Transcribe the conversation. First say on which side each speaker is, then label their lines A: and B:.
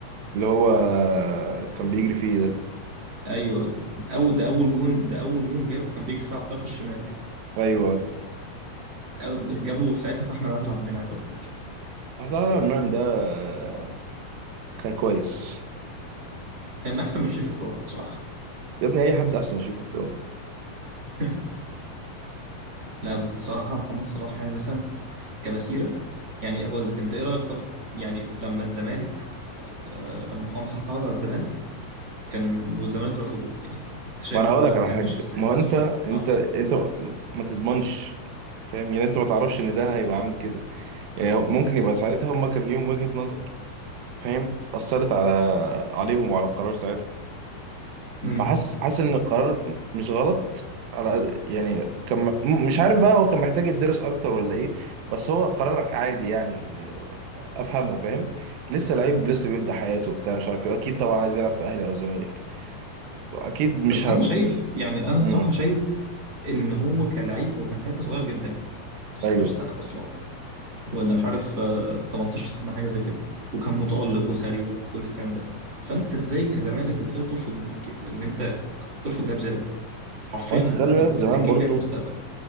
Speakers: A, on the right; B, on the right.
A: اللي هو آه، كان بيجري فيه ده
B: ايوه ايوه او ده اول جون ده اول جون جابه كان بيجري فيه على الطرف الشمال كده
A: ايوه
B: أو جابه في ساعتها في احمد عادل عبد المنعم لو فاكر
A: لا لا المرمى ده آه، كان كويس
B: كان احسن من شريف اكرام الصراحه
A: يا ابني اي حد احسن يشوفه
B: <laughs> لا بس الصراحه محمد صلاح يعني مثلا كمسيره يعني هقول لك انت ايه رايك طب يعني لما الزمالك آه، لما حسام صح اتعرض على الزمالك كان والزمالك رفضوه يعني انت شايف
A: ما انا
B: الموضوع
A: هقول لك
B: ده
A: على
B: كان
A: حاجه
B: ماشي ازاي
A: ما
B: اصلا
A: هو انت
B: اه
A: انت انت ما تضمنش فاهم يعني انت ما تعرفش ان ده هيبقى عامل كده يعني هو ممكن يبقى ساعتها هم كان ليهم وجهه نظر فاهم اثرت على عليهم وعلى القرار ساعتها
B: امم
A: فحس حاسس ان القرار مش غلط على قد- يعني كان م- مش عارف بقى هو كان محتاج يدرس اكتر ولا ايه بس هو قرار عادي يعني افهمه فاهم لسه لعيب لسه بيبدا حياته بتاع مش عارف ايه اكيد طبعا عايز يلعب في اهلي او زمالك اكيد مش
B: بس
A: ه...
B: انا شايف يعني انا الصراحه
A: مم.
B: شايف ان هو كلاعب هو كان ساعتها صغير جدا كان عنده
A: ايوه
B: 19 سنه اصلا ولا مش عارف آه، 18 سنه حاجه زي كده وكان متالق وسريع وكل الكلام ده فانت ازاي كزمالك ازاي ترفض انه يجيب ان انت ترفض لاعب زي ده حرفيا
A: وانت
B: انت
A: خلي
B: كنت
A: بالك زمان
B: هتجيب
A: برضو
B: لاعب مستقبل